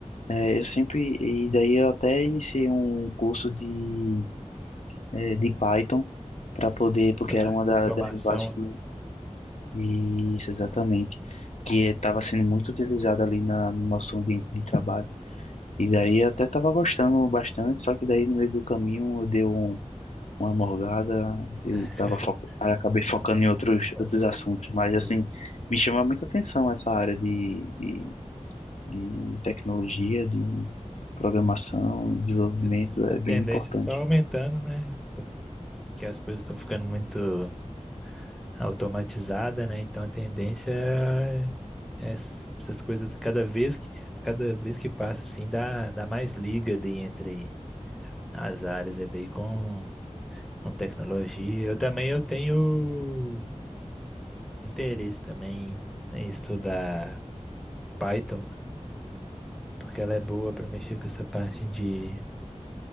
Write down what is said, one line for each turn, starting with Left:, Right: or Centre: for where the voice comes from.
Left: eh, eu sempre, e daí eu até iniciei um curso de, eh, de Python para poder, porque
Centre: Pá,
Left: era uma da-
Centre: Automação,
Left: das linguagens
Centre: né?
Left: que isso, exatamente. Que estava sendo muito utilizado ali na, no nosso ambiente de trabalho. E daí eu até estava gostando bastante, só que daí no meio do caminho eu dei um- uma morgada, e
Centre: <laughs>
Left: tava fo aí acabei focando em outros,
Centre: Essa
Left: outros
Centre: coisa.
Left: assuntos.
Centre: essa
Left: Mas
Centre: coisa.
Left: assim, me chama muita atenção essa área de, de, de tecnologia, de programação, desenvolvimento,
Centre: É, a
Left: é
Centre: tendência
Left: bem importante.
Centre: é só aumentando, né? que as coisas estão ficando muito automatizadas, né? Então a tendência é é s- essas coisas cada vez que cada vez que passa assim dá, dá mais liga ali entre as áreas ali com, com tecnologia. Eu também eu tenho interesse também em estudar Python, porque ela é boa para mexer com essa parte de,